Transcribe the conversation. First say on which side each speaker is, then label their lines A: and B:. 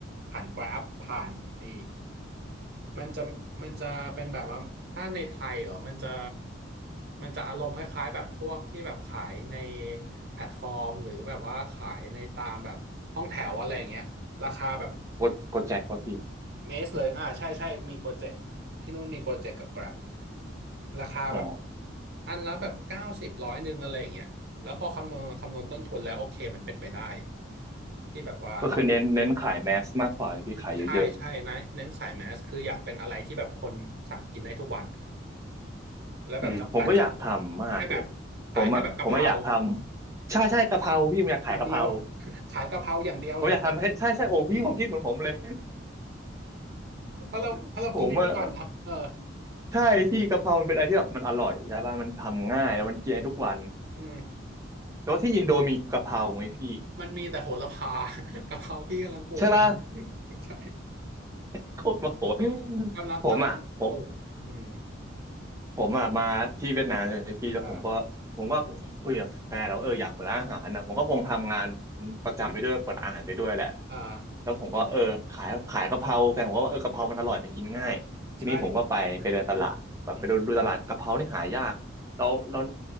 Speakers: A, on the right; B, on the right.
A: ผ่านกราฟผ่านไอมันจะมันจะเป็นแบบว่าถ้าในไทยเหรอมันจะมันจะอารมณ์คล้ายๆแบบพวกที่แบบขายในแพลตฟอร์มหรือแบบว่าขายในตามแบบห้องแถวอะไรอย่างเงี้ยราคาแบบ
B: โกโกแจ็คป่ะพี่
A: เมสเลยอ่าใช่ใช่มีโกเจ็ตที่นู่นมีโกเจ็ตกับ Grab ราคาแบบ
B: อ๋อ
A: อันละแบบเก้าสิบร้อยหนึ่งอะไรอย่างเงี้ยแล้วพอคำนวณคำนวณต้นทุนแล้วโอเคมันเป็นไปได้ที่แบบว่าเรา
B: ก็คือเน้นเน้นขายแมสมากกว่าเลยพี่ขายเยอะ
A: ใช่ใช่นะเน้นขายแมสคืออยากเป็นอะไรที่แบบคนสั่งกินได้ทุกวันแล้วแบบจำกัดเฉพาะแค่แบบ
B: อืมผมก็อยากทำมากเลย
A: ขายแค่แบบกะเพรา
B: ผมอ่ะผมอ่ะอยากทำใช่ใช่กะเพราพี่ผมอยากขายกะเพรา
A: อย่างเดียว <laughs> ขายกะเพราอย่างเดียวหรือแบบจะเป็นชุดที่
B: ผมอยากทำให้ใช่ใช่โอ้พี่ผมคิดเหมือนผมเลย
A: เพราะเราเพราะเรากินได้ทุกวันเนาะเออ
B: <laughs> ผมอ่ะใช่พี่กะเพรามันเป็นอะไรที่แบบมันอร่อยใช่ป่ะมันทำง่ายแล้วมันกินได้ทุกวัน
A: อืม
B: แต่ว่าที่อินโดมีกะเพราไหมพี่
A: มันมีแต่โหระพา <laughs> กะเพราพี่กำลังปลูกอยู่
B: ใช่ป่ะ
A: <laughs> ใช่
B: โคตรโมโห
A: กำลังกำลังปลูกอืม
B: ผมอ่ะผม ผมอะมาที่เวียดนามเลยพี่แล้วผมก็ผมก็คุยกับแฟนแล้ววาเอออยากเปิดร้านอาหารนะผมก็คงทำงาน
A: อ่า
B: ประจำไปด้วยเปิดอาหารไปด้วยแหละ
A: อ่า
B: แล้วผมก็เออขายขายกะเพราแฟนผมก็ว่าเออกะเพรามันอร่อยมันกินง่ายทีนี้ผมก็ไปไปเดินตลาดแบบไปดูดูตลาดกะเพรานี่หายากแล้วแล้ว
A: ใช่อืมอืม